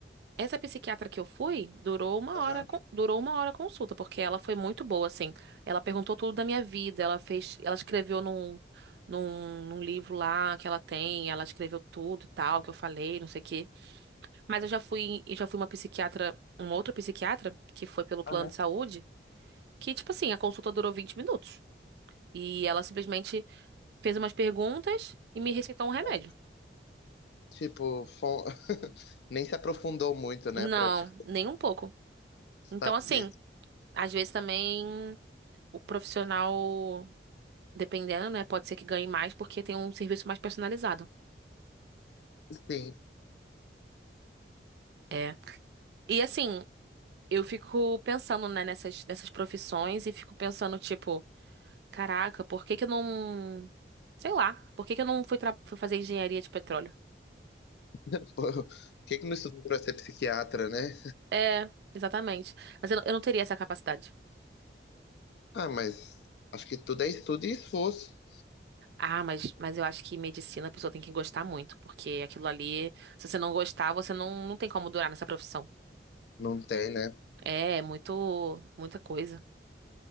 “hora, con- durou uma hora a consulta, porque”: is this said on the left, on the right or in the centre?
Right